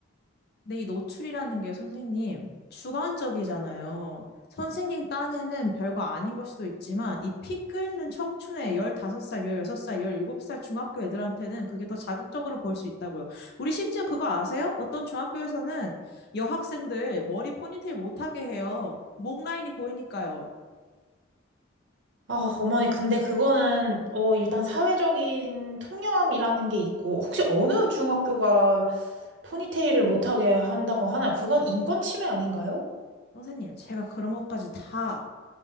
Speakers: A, on the left; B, on the right.
A: 근데 이 노출이라는 게 선생님 주관적이잖아요. 선생님 딴에는 별거 아닌 걸 수도 있지만 이 피 끓는 청춘의 15살, 16살, 17살 중학교 애들한테는 그게 더 자극적으로 보일 수 있다고요. 우리 심지어 그거 아세요? 어떤 중학교에서는 여학생들 머리 포니테일 못하게 해요. 목 라인이 보이니까요.
B: 아, 어머니, 근데 그거는, 어, 일단 사회적인 통념이라는 게 있고, 혹시 어느 중학교가 포니테일을 못하게 한다고 하나? 그건 인권 침해 아닌가요?
A: 선생님, 제가 그런 것까지 다